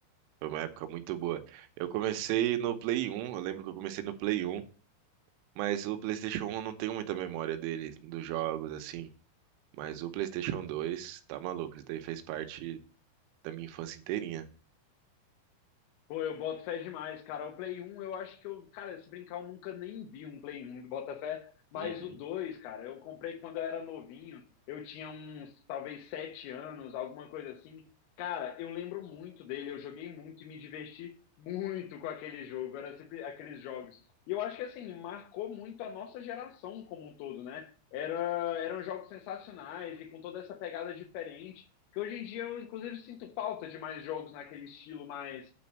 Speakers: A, on the right; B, on the left.
A: Foi uma época muito boa. Eu comecei no Play 1, eu lembro que eu comecei no Play 1, mas o PlayStation 1 não tenho muita memória dele, dos jogos assim. Mas o PlayStation dois tá maluco, isso daí fez parte da minha infância inteirinha.
B: Pô, eu boto fé demais, cara. O Play 1, eu acho que eu, cara, se brincar, eu nunca nem vi um Play 1 do Botafé, mas
A: Uhum.
B: o 2, cara, eu comprei quando eu era novinho, eu tinha uns, talvez, sete anos, alguma coisa assim. Cara, eu lembro muito dele, eu joguei muito e me diverti muito com aquele jogo, era sempre aqueles jogos. E eu acho que, assim, marcou muito a nossa geração como um todo, né? Era, eram jogos sensacionais e com toda essa pegada diferente, que hoje em dia eu, inclusive, sinto falta de mais jogos naquele estilo mais